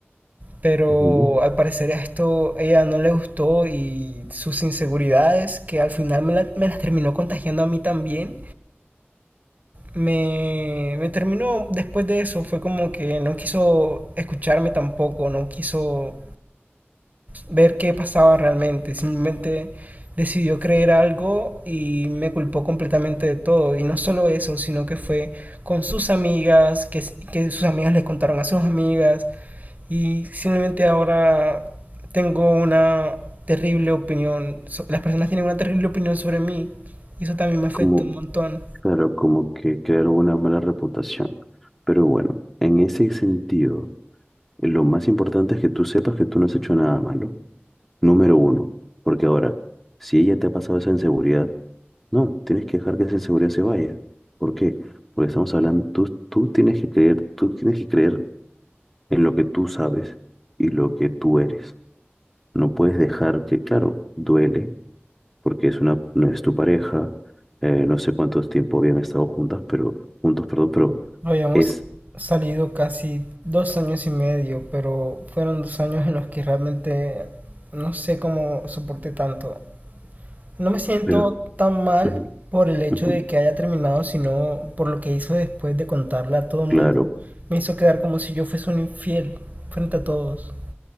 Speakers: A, on the right; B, in the centre.
A: Pero
B: ujú.
A: al parecer esto ella no le gustó y sus inseguridades, que al final me, la- me las terminó contagiando a mí también, me, me terminó después de eso. Fue como que no quiso escucharme tampoco, no quiso ver qué pasaba realmente. Simplemente decidió creer algo y me culpó completamente de todo. Y no solo eso, sino que fue con sus amigas, que, que sus amigas le contaron a sus amigas y simplemente ahora tengo una terrible opinión. so- Las personas tienen una terrible opinión sobre mí. Y eso también me afecta
B: Como,
A: un montón.
B: Claro, como que crearon una mala reputación. Pero bueno, en ese sentido, lo más importante es que tú sepas que tú no has hecho nada malo. Número uno, porque ahora, si ella te ha pasado esa inseguridad, no, tienes que dejar que esa inseguridad se vaya. ¿Por qué? Porque estamos hablando, tú, tú tienes que creer, tú tienes que creer en lo que tú sabes y lo que tú eres. No puedes dejar que, claro, duele, porque es una, no es tu pareja, eh, no sé cuánto tiempo habían estado juntas, pero juntos, perdón, pero
A: Habíamos
B: Es,
A: salido casi dos años y medio, pero fueron dos años en los que realmente no sé cómo soporté tanto. No me siento
B: pero,
A: tan mal
B: ujú,
A: por el hecho
B: ujú,
A: de que haya terminado, sino por lo que hizo después de contarle a todo el
B: claro,
A: mundo. Me hizo quedar como si yo fuese un infiel frente a todos.